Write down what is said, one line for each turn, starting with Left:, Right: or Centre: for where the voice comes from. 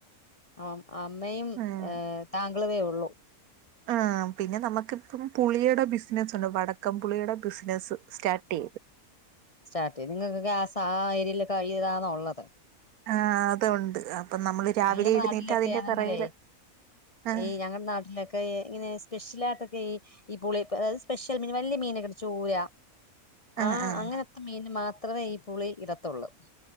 Left: ആ അമ്മയും
Right: ഉം
Left: താങ്കളവേ ഉള്ളൂ.
Right: ആ പിന്നെ നമുക്ക് ഇപ്പം പുളിയുടെ ബിസിനസ്സ് ഉണ്ട്. വടക്കം പുളിയുടെ ബിസിനസ്സ് സ്റ്റാർട്ട് ചെയ്ത്.
Left: സ്റ്റാട്ട് <unintelligible> ആ എരില് <unintelligible> യതാണ് ഒള്ളത്.
Right: ആ അത ഉണ്ട്. അപ്പൊ നമ്മള് രാവിലെ
Left: ഞങ്ങളടെ
Right: എഴുന്നേറ്റ്
Left: നാട്ടിലൊക്കെ
Right: അതിന്റെ
Left: ആണെങ്കിലേ,
Right: പിറകില് ആഹ്
Left: ഈ ഞങ്ങളടെ നാട്ടിലൊക്കെ ക്കെ ഇങ്ങനെ സ്പെഷ്യലാട്ടൊക്കെ ഈ ഈ പുളി അത് സ്പെഷ്യൽ മീന് വല്യ മീന് ചൂര
Right: ആഹ്
Left: ആ
Right: ആഹ്
Left: അങ്ങനത്തെ മീന് മാത്രമേ ഈ പുളി ഇടത്തുള്ളൂ.